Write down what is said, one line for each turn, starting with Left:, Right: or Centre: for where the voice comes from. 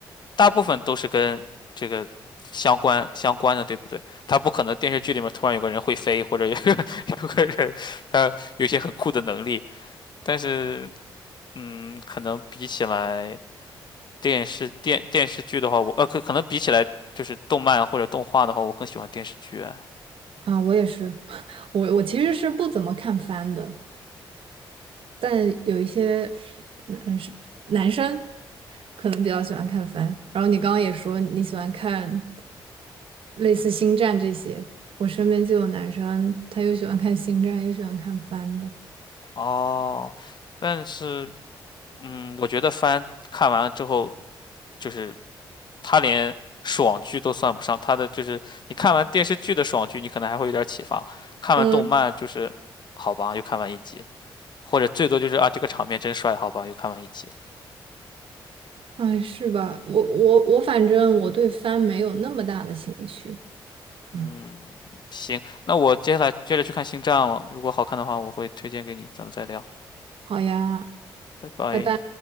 Left: 大部分都是跟这个相关相关的，对不对？他不可能电视剧里面突然有个人会飞，或者有个 <laughs> 有个人他有一些很酷的能力，但是嗯，可能比起来电视电电视剧的话，我呃可可能比起来就是动漫或者动画的话，我更喜欢电视剧啊。
Right: 啊！我也是，<laughs> 我我其实是不怎么看番的，但有一些男生男生可能比较喜欢看番。然后你刚刚也说你喜欢看类似星战这些，我身边就有男生，他又喜欢看星战，又喜欢看番的。
Left: 哦，但是嗯，我觉得番看完了之后，就是他连爽剧都算不上，他的就是你看完电视剧的爽剧，你可能还会有点启发，看完动漫就是好吧，
Right: 嗯。
Left: 又看完一集，或者最多就是啊这个场面真帅，好吧，又看完一集。
Right: 哎，是吧？我我我，反正我对帆没有那么大的兴趣。
Left: 嗯，
Right: 嗯，
Left: 行，那我接下来接着去看《星战》了，如果好看的话，我会推荐给你，咱们再聊，
Right: 好呀，
Left: 拜拜。
Right: 拜拜。